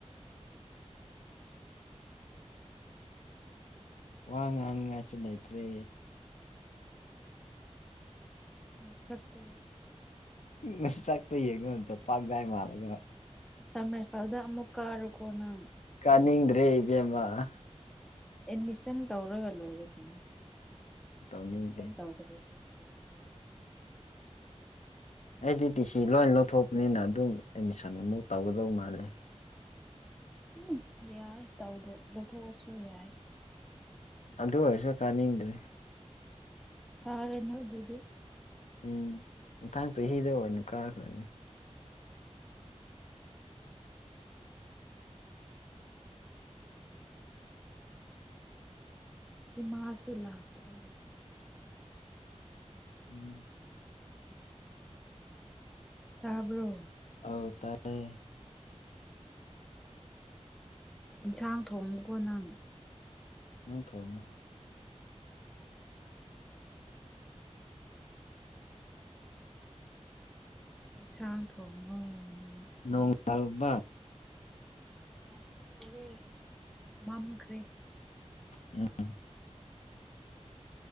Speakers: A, on the left; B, in the centre.
A: ꯋꯥ ꯉꯥꯡꯅꯤꯡꯉꯥꯏꯁꯨ ꯂꯩꯇ꯭ꯔꯦ
B: ꯅꯥꯁꯛꯇꯨꯒ
A: ꯅꯁꯥꯛꯇꯨ ꯌꯦꯡꯌꯣ ꯖꯥꯄꯛꯗꯥꯏ ꯃꯥꯂꯒ
B: ꯑꯁꯝ ꯔꯥꯏꯐꯜꯗ ꯑꯃꯨꯛ ꯀꯥꯔꯨꯀꯣ ꯅꯪ
A: ꯀꯅꯤꯡꯗ꯭ꯔꯦ ꯏꯕꯦꯝꯃ ꯑ
B: ꯑꯦꯠꯃꯤꯁꯟ ꯇꯧꯔꯒ ꯂꯣꯏꯔꯦ ꯀꯩꯅꯣ
A: ꯇꯧꯅꯤꯡꯗꯦ
B: ꯑꯦꯃꯤꯁꯟ ꯇꯧꯗ꯭ꯔꯁꯨ ꯀꯣ ꯀꯥ <unintelligible>
A: ꯑꯩꯗꯤ ꯇꯤ ꯁꯤ ꯂꯣꯏ ꯂꯧꯊꯣꯛꯄꯅꯤꯅ ꯑꯗꯨꯝ ꯑꯦꯠꯃꯤꯁꯟ ꯑꯃꯨꯛ ꯇꯧꯒꯗꯧ ꯃꯥꯜꯂꯦ
B: ꯎꯝ ꯌꯥꯏ ꯇꯧꯗ ꯂꯧꯊꯣꯛꯑꯁꯨ ꯌꯥꯏ
A: ꯑꯗꯨ ꯑꯣꯏꯔꯁꯨ ꯀꯥꯅꯤꯡꯗꯔꯦ
B: ꯀꯥꯔꯨꯅꯨ ꯑꯗꯨꯗꯤ
A: ꯎꯝ ꯃꯊꯥꯡ ꯆꯍꯤꯗ ꯑꯣꯏꯅ ꯀꯥꯈ꯭ꯔꯒꯦ
B: ꯗꯤꯃꯥꯁꯨ ꯂꯥꯛꯇ꯭ꯔꯦꯅꯦ
A: ꯎꯝ
B: ꯇꯥꯕ꯭ꯔꯣ
A: ꯍꯧ ꯇꯥꯏꯌꯦ
B: ꯏꯟꯁꯥꯡ ꯊꯣꯡꯉꯨꯀꯣ ꯅꯪ
A: ꯅꯪ ꯊꯣꯡꯉꯣ
B: ꯏꯟꯁꯥꯡ ꯊꯣꯡꯉꯣ ꯅꯪ
A: ꯅꯣꯡ <unintelligible>
B: ꯂꯥꯛꯀꯗꯧꯔꯦ ꯃꯥꯝꯈ꯭ꯔꯦ
A: ꯎꯝ